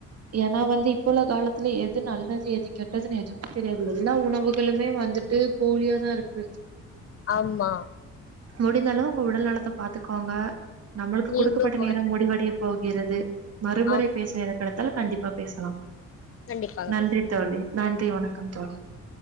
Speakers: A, on the right; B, on the left.
A: ஏனா வந்து இப்ப உள்ள காலத்துல எது நல்லது எது கெட்டதுன் எதும்மே தெரியாது எல்லா உணவுகளுமே வந்துட்டு போலியாதா இருக்கு
B: ஆமா
A: முடிந்த அளவு உங்க உடல் நலத்த பாத்துக்கோங்க நம்மள்க்கு
B: நீங்களு
A: குடுக்கப்பட்ட நேரம்
B: உடல்
A: முடிவடைய போகிறது மறுமுறை
B: ஆமா
A: பேசுற ந கடத்தால் கண்டிப் அஹ் பேசலா
B: கண்டிப்பாக
A: நன்றி
B: பேசலா
A: தோழி நன்றி வணக்கம் தோழி